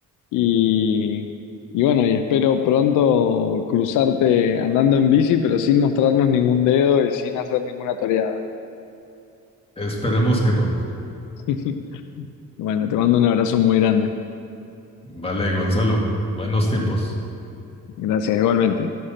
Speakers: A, on the left; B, on the left.
A: Y, y bueno, y espero pronto cruzarte andando en bici, pero sin mostrarnos ningún dedo y sin hacer ninguna toreada.
B: Esperemos que no.
A: <laughs> Bueno, te mando un abrazo muy grande.
B: Vale, Gonzalo, buenos tiempos.
A: Gracias, igualmente.